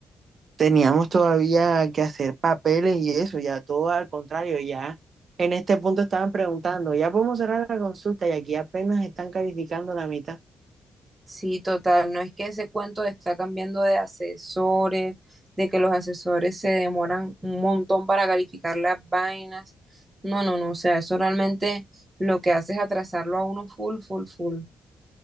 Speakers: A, on the right; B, on the right.
A: teníamos todavía que hacer papeles y eso, ya todo al contrario, ya en este punto estaban preguntando, ya podemos cerrar la consulta y aquí apenas están calificando la mitad.
B: Sí, total, no es que ese cuento de está cambiando de asesores, de que los asesores se demoran un montón para calificar las vainas. No, no, no, o sea, eso realmente lo que hace es atrasarlo a uno full, full, full.